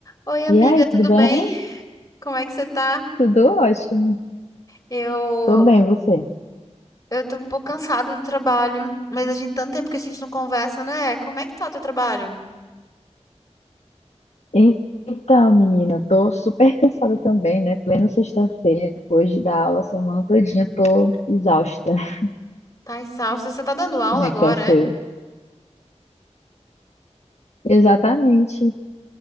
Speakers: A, on the left; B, on the left.
A: Oi, amiga,
B: E aí, tudo
A: tudo
B: bem?
A: bem? Como é que você tá?
B: Tudo ótimo.
A: Eu,
B: Tô bem, você?
A: eu tô um pouco cansada do trabalho, mas a gente tanto tempo que a gente não conversa, né? Como é que tá o teu trabalho?
B: E- Então, menina, tô super <laughs> cansada também, né? Plena sexta-feira, depois de dar aula a semana todinha, tô exausta. <laughs>
A: Tá exausta? Você tá dando aula
B: Como é
A: agora,
B: que tá o seu?
A: hein?
B: Exatamente.